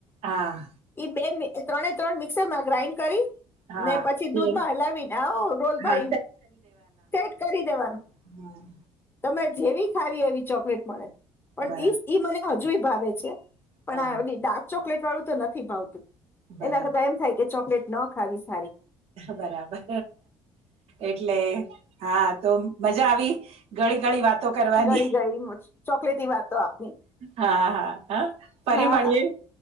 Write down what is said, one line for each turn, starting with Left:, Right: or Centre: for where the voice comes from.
Right: હાં.
Left: ઈ બે ત્રણે ત્રણ મિક્સર માં ગ્રાઇન્ડ કરી.
Right: હા
Left: ને પછી
Right: એટલે
Left: દૂધમાં હલાવીને <unintelligible>
Right: હા
Left: પાણી સેટ કરી દેવાનું.
Right: હમ્મ.
Left: તમે જેવી ખાવી એવી ચોકલેટ મળે પણ
Right: બરાબર
Left: ઈ મને હજુય ભાવે છે. પણ
Right: હા
Left: આ એ ડાર્ક ચોકલેટ વાળું તો નથી ભાવતું
Right: બરાબર
Left: એના કરતા એમ થાય કે ચોકલેટ ન ખાવી સારી.
Right: બરાબર એટલે હા તો મજા આવી. ઘણી ઘણી વાત. તો કરવાની
Left: ગળી ગળી ચોકલેટી વાતો આપની
Right: હા હા હા ફરી
Left: હા
Right: મળીએે.
Left: હા